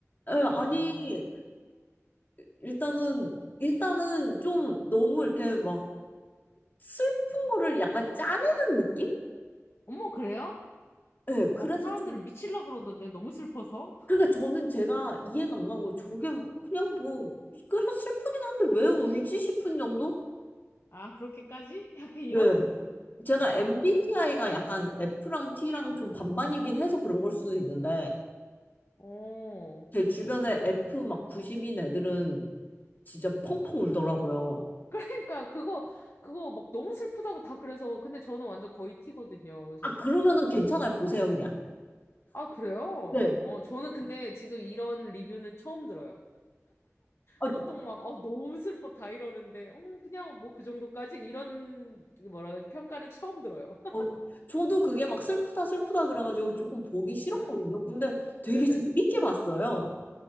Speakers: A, on the left; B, on the left.
A: 예, 아니
B: 음,
A: 일단은 일단은 좀 너무 이렇게 막 슬픈 거를 약간 짜내는 느낌?
B: 어머, 그래요?
A: 네, 그래서
B: 막 사람들을 미칠라 그러던데 너무 슬퍼서
A: 그러니까 저는 제가 이해가 안 가고 저게 그냥 뭐 그래 슬프긴 한데 왜 울지 싶은 정도?
B: 아 그렇게까지? <laughs> 약간 이런
A: 네. 제가
B: 아
A: MBTI가 약간 F랑 T랑 좀 반반이긴 해서 그런 걸 수도 있는데
B: 어.
A: 제 주변에 F 막 90인 애들은 진짜 펑펑 울더라고요.
B: 그러니까 그거 그거 막 너무 슬프다고 다 그래서 근데 저는 완전 거의 티거든요. 그래서
A: 아 그러면은 괜찮아요 보세요 그냥.
B: 아 그래요?
A: 네.
B: 어 저는 근데 지금 이런 리뷰는 처음 들어요.
A: 아,
B: 보통 막 어, 너무 슬퍼 다 이러는데 음, 그냥 뭐 그 정도까지 이런 뭐라 그러지 평가를 처음 들어요. <laughs>
A: 어, 저도 그게 막 슬프다 슬프다 그래가지고 조금 보기 싫었거든요.
B: 네.
A: 근데 되게
B: 네네.
A: 재밌게 봤어요.